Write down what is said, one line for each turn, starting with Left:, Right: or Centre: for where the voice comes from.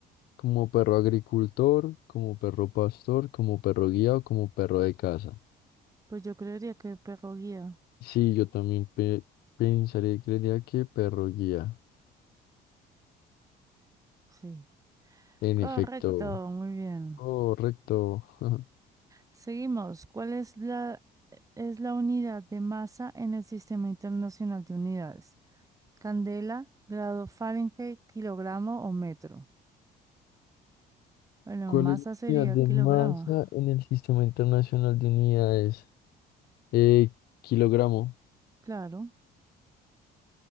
Left: Como perro agricultor, como perro pastor, como perro guía o como perro de casa.
Right: Pues yo creería que perro guía.
Left: Sí, yo también pe- pensaría y creería que perro guía.
Right: Sí.
Left: En
Right: Correcto,
Left: efecto.
Right: muy bien.
Left: Correcto. <laughs>
Right: Seguimos. ¿Cuál es la, es la unidad de masa en el Sistema Internacional de Unidades? Candela, grado Fahrenheit, kilogramo o metro. Bueno,
Left: ¿Cuál
Right: masa
Left: es la
Right: sería
Left: unidad de
Right: kilogramo.
Left: masa en el Sistema Internacional de Unidades? Eh, kilogramo.
Right: Claro,